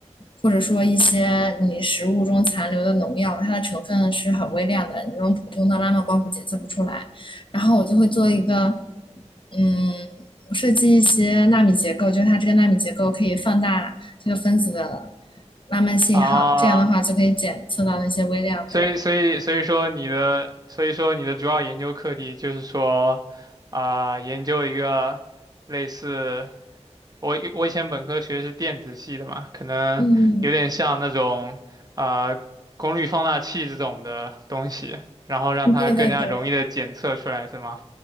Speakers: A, on the left; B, on the right.
A: 或者说一些你食物中残留的农药，它的成分是很微量的，你用普通的拉曼光谱检测不出来。然后我就会做一个，嗯，我设计一些纳米结构，就是它这个纳米结构可以放大这个分子的拉曼信号，
B: 啊，
A: 这样的话就可以检测到那些微量的。
B: 所以所以所以说你的所以说你的主要研究课题就是说啊，研究一个类似。我以我以前本科学的是电子系的嘛，可能有点像那种啊、
A: 嗯
B: 呃功率放大器这种的东西，然后让它更加容易的检测出来，
A: 嗯，对对对
B: 是吗？